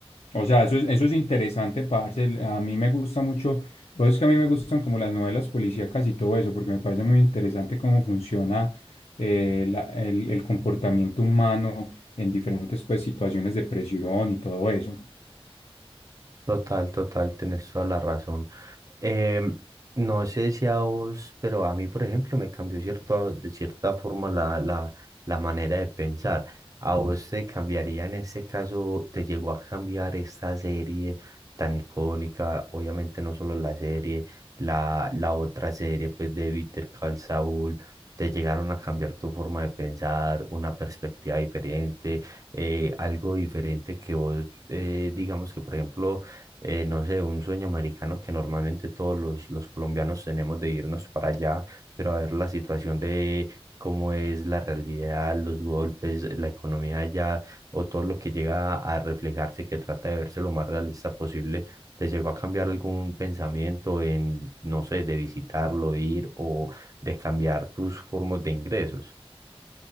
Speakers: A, on the left (about 85°); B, on the right (about 35°).
A: O sea, eso es, eso es interesante, parce. A mí me gusta mucho pero es que a mí me gustan como las novelas policíacas y todo eso, porque me parece muy interesante cómo funciona eh, la- el, el comportamiento humano en diferentes pues, situaciones de presión y todo eso.
B: Total, total, tenés toda la razón. Em, no sé si a vos, pero a mí, por ejemplo, me cambió cierto, de cierta forma la, la, la manera de pensar. ¿A vos te cambiaría en este caso, te llegó a cambiar esta serie tan icónica? Obviamente no solo la serie, la, la otra serie pues de Better Call Saul, te llegaron a cambiar tu forma de pensar, una perspectiva diferente, eh, algo diferente que vos, eh, digamos que por ejemplo eh, no sé, un sueño americano que normalmente todos los, los colombianos tenemos de irnos para allá, pero a ver la situación de cómo es la realidad, los golpes, la economía allá, o todo lo que llega a reflejarse, que trata de verse lo más realista posible, ¿te llegó a cambiar algún pensamiento en, no sé, de visitarlo, ir o de cambiar tus formas de ingresos?